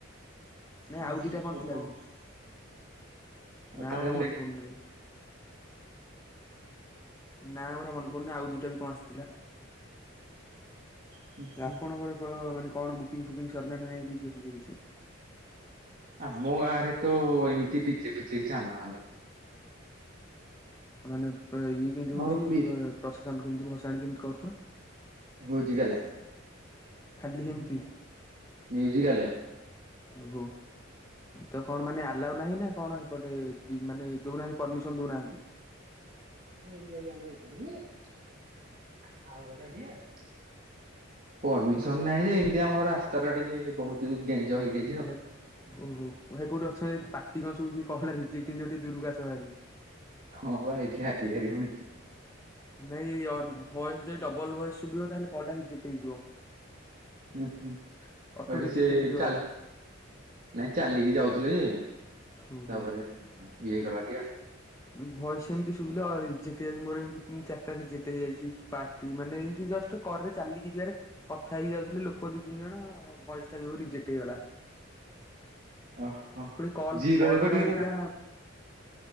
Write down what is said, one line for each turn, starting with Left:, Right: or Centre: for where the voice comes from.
Left: ନାଇଁ
Right: ହୁଁ
Left: ଆଉ
Right: ହୁଁ
Left: ଦିଟା କଣ
Right: ଆଉ
Left: ଥିଲା ବି। ନା
Right: କଣ
Left: ଗୁରା ମନେ ପୁଡୁନି। ନା ଗୁରା ମନେ ପଡୁନି ଆଉ ଦିଟା ବି କଣ ଆସ୍ଥିଲା।
Right: ହୁଁ ହୁଁ।
Left: ଆପଣଙ୍କର ମାନେ କଣ ବୁକିଂ ଫୁକିଂ ସରିଲାଣି ନା ନାହିଁ ଡିଜେଲ ଫିଜେ କିଛି।
Right: ଆମୋ ଗାଁ ରେ ତ ଏମିତି ଡିଜେ ଫିଜେ କିଛି ଆଣୁ ନାହାନ୍ତି।
Left: ମାନେ ଇଏ କେମ୍ତି
Right: ଆମର
Left: ହଉଛି
Right: ମି
Left: ପ୍ରଶାସନ କେମିତି ଭସାଣି କେମଂତି କରୁଛ।
Right: ବୁଝିଗଲେ।
Left: ଖାଲି ସେମ୍ତି।
Right: ମ୍ୟୁଜିକାଲେ।
Left: ଓହୋ ତ କଣ ମାନେ ଆଲାଉ ନାହିଁ ନା କଣ ହେପଟେ ମାନେ ଦଉନାହାନ୍ତି ପର୍ମିସନ୍ ଦଉନାହାନ୍ତି।
Right: <unintelligible> ପର୍ମିସନ୍ ନାହିଁ ଯେ ଏମ୍ତି ଆମ ରାସ୍ତା ଟା ଟିକେ ବହୁତ ଗେଞ୍ଜ ହେଇଯାଇଛି ତ।
Left: ହେ ଓହୋ ଭାଇ କୋଉଠି ଅଛନ୍ତି ପାଟି କଣ ଶୁବୁଛି କଲ ଟା ରିଜେକ୍ଟ୍ ହେଇଯିବ ଦୂରକୁ ଆଶହାରି।
Right: ହଁ ବା ଏଠି ଆଇଲି ହାରି ପୁଣି।
Left: ନାଇଁ ଭଏସ୍ ଯଦି ଡବଲ୍ ଭଏସ୍ ଶୁଭିବ ତାହେଲେ କଲ୍ ଟା ରିଯେକ୍ଟ୍ ହେଇଯିବ।
Right: ହୁଁ ହୁଁ
Left: ଅଟୋ
Right: ଏଠି
Left: ରୀଜେକ୍ଟ୍
Right: ସେ
Left: ହେଇଯିବ।
Right: ଚାଲି ନାଇଁ ଚାଲିକି ଯାଉଥିଲେ ଯେ ତାପରେ
Left: ଓହୋ।
Right: ଇଏ ହେଇଗଲା ଟିକେ ଆଉ।
Left: ଭଏସ୍ ଏମ୍ତି ଶୁବିଲେ ରିଜେକ୍ଟ ହେଇଯାଉଛି ମୋର ଏମ୍ତି ତିନ ଚାରିଟା ରିଜେକ୍ଟ ହେଇଯାଇଚି ପାଟି ମାନେ ଏମ୍ତି ଜଷ୍ଟ କରରେ ଚାଲିକି ଯିବାରେ କଥା ହେଇ ଯାଉଥିଲେ ଲୋକ ଦି ତିନି ଜଣ ଭୟସ ଟା ଯୋଉ ରିଜେକ୍ଟ ହେଇଗଲା।
Right: ଓହୋ
Left: ପୁଣି କଲ୍
Right: ଜିରରେ
Left: କଲ୍
Right: କଟି
Left: ଗୁରା ହେଇଥିଲା